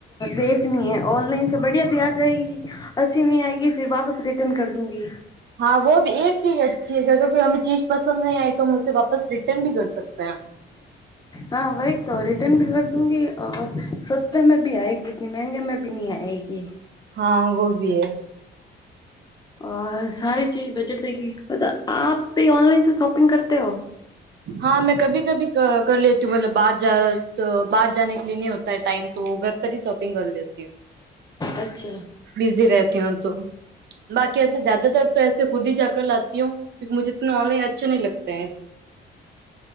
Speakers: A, on the left (about 20°); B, on the right (about 60°).
A: દેખની હ ઓનલાઇન સ બઢિયા ભી આ જાયગી- - અછી ન આયગ ફર વાપસ રિટર્ન કર દુગી
B: હા વી એક ચીજ અચ્છી હ કે અગર કોઈ હમે ચીજ પસંદહી આવીઈ તો હ વાપસ રિટર્ન ભી કર શકતે હે.
A: હા ભહી તો રિટર્ન ભી કર દુંગી સસ્તા મે ભી આયેગી ને મંંગે મેં બી નહી આયેગી
B: હા વોભી હે.
A: અ સારી ચીજ બજટ દેખી બતા આપભી ઓનલાઈન સ શોપિંગ કરતે હો?
B: હા મેં કભી કભી કર લેતી હું મતલબ બહાર તો બહાર જાને કે નહી હોતા ટાઈમ. તો ઘર પરથી શોપિંગ કરીલેતી હુ.
A: અચ્છા.
B: બિઝી રહેતી હું તો બાકી એસે જ્યાદા તર તો એસે ખુદ હી જા કર લાતી હું. ક મુજે ઓલાઈ અચ્છા ની લગતા ઇસલી